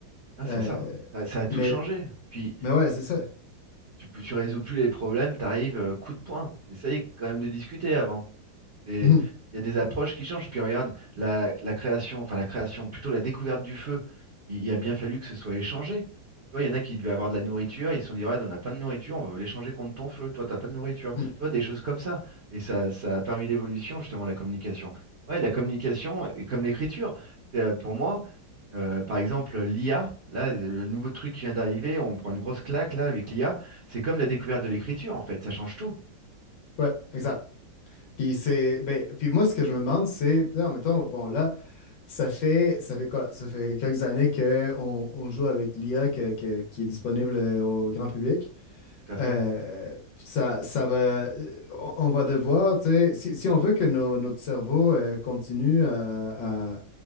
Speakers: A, on the right; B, on the left.
A: Ah, c'est
B: Euh,
A: ça. ça. ça a tout
B: mais,
A: changé. Puis
B: mais ouais, c'est ça. <laughs>
A: tu, peux- tu résous plus les problèmes, t'arrives, euh, coup de poing. T'essayes quand même de discuter avant. C'est-
B: Mhm.
A: Il y a des approches qui changent. Puis regarde, la, la création, enfin la création, plutôt la découverte du feu, il, il a bien fallu que ce soit échangé. Tu vois, il y en a qui devaient avoir de la nourriture, ils se sont dit, ouais, on a plein de nourriture, on veut l'échanger contre ton feu, toi, t'as pas de nourriture.
B: Mhm.
A: Tu vois, des choses comme ça. Et ça, ça a permis l'évolution, justement, de la communication. Ouais, la communication, et comme l'écriture, c'est euh, pour moi, euh, par exemple, l'IA, là, le nouveau truc qui vient d'arriver, on prend une grosse claque, là, avec l'IA, c'est comme la découverte de l'écriture, en fait, ça change tout.
B: Ouais, exact. Puis c'est, ben, puis moi, ce que je me demande, c'est, mettons, bon, là, Ça fait, ça fait quoi? Ça fait quelques années qu'on on joue avec l'IA que- que- qui est disponible euh, au grand public.
A: Tout à fait.
B: Euh, ça, ça va, euh, on on va devoir, tu sais, si, si on veut que nos- notre cerveau euh, continue à, à-